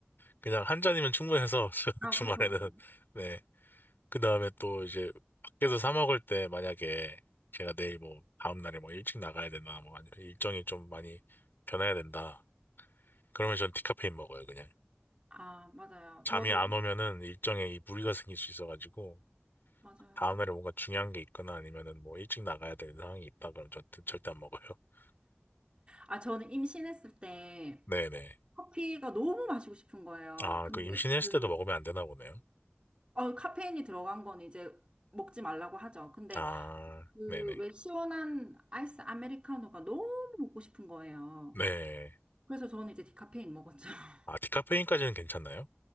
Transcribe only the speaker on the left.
그냥 한 잔이면 충분해서 <laughs> 주-
주말에는
네, 그 다음에 또 이제 밖에서 사 먹을 때 만약에 제가 내일 뭐 다음 날에 뭐 일찍 나가야 된다, 뭐 아니면 일정이 좀 많이 변해야 된다. 그러면 전 디카페인 먹어요, 그냥.
잠이
안 오면은 일정에 이 무리가 생길 수 있어가지고
다음 날에 뭔가 중요한 게 있거나 아니면은 뭐 일찍 나가야 되는 상황이 있다 그럼 저 절대 안 먹어요. <laughs>
네네.
아,
그 임신했을
때도 먹으면 안 되나 보네요.
아,
네네.
네.
아, 디카페인까지는 괜찮나요?